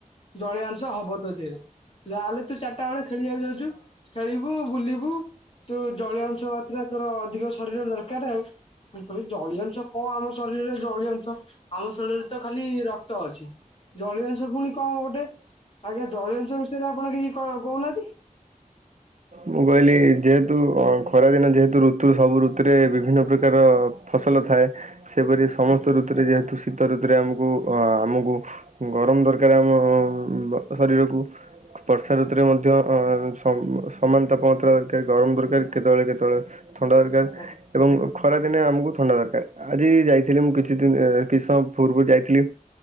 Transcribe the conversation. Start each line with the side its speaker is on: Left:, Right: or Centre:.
Left: ଜଳିଆଂଶ ହବ ତୋ ଦିହରେ, ଯାହେଲେ ତୁ ଚାରିଟା ବେଳେ ଖେଳିବାକୁ ଯାଉଛୁ। ଖେଳିବୁ ବୁଲିବୁ ତୁ ଜଳୀୟ ଅଂଶ ମାତ୍ରା ତୋର ଅଧିକ ଶରୀର ଦରକାର ଆଉ। କହିଲେ ଜଳୀୟ ଅଂଶ କଣ ଆମ ଶରୀରରେ ଜଳୀୟ ଅଂଶ ଆମ ଶରୀରରେ ତ ଖାଲି ରକ୍ତ ଅଛି। ଜଳୀୟ ଅଂଶ ପୁଣି କଣ ଗୋଟେ। ଆଜ୍ଞା ଜଳୀୟ ଅଂଶ ବିଷୟରେ ଆପଣ କିଛି କହୁନାହାନ୍ତି?
Right: ମୁଁ କହିଲି ଯେହେତୁ ଖରା ଦିନ ଯେହେତୁ ଋତୁ ସବୁ ଋତୁରେ ବିଭିନ୍ନ ପ୍ରକାର ଫସଲ ଭଲ ଥାଏ, ସେପରି ସମସ୍ତ
Left: ଆଜ୍ଞା
Right: ଋତୁରେ ଯେହେତୁ ଶୀତ ଋତୁରେ ଆମକୁ, ଆମକୁ ଗରମ ଦରକାର ଆମ ଶରୀରକୁ। ବର୍ଷା ଋତୁରେ
Left: ଆଜ୍ଞା
Right: ମଧ୍ୟ ଅ ସମାନ ତାପମାତ୍ରା ଦରକାର, ଗରମ ଦରକାର, କେତେବେଳେ କେତେବେଳେ। ଥଣ୍ଡା ଦରକାର
Left: ଆଜ୍ଞା
Right: ଏବଂ ଖରା ଦିନେ ଆମକୁ ଥଣ୍ଡା ଦରକାର। ଆଜି ଯାଇଥିଲି ମୁଁ କିଛି ଦିନ କିଛି ସମୟ ପୂର୍ବରୁ ଯାଇଥିଲି।